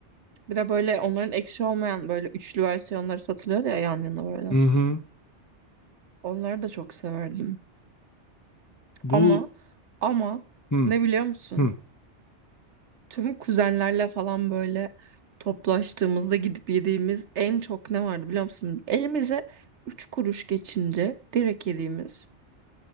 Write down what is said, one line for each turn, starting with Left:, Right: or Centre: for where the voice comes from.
Right: Bir de böyle onların ekşi olmayan böyle üçlü versiyonları satılıyordu ya yan yana böyle.
Left: Hı hı.
Right: Onları da çok severdim.
Left: Bu
Right: Ama ama
Left: hı
Right: ne biliyor musun?
Left: hı.
Right: Tüm kuzenlerle falan böyle toplaştığımızda gidip yediğimiz en çok ne vardı biliyor musun? Elimize üç kuruş geçince direkt yediğimiz.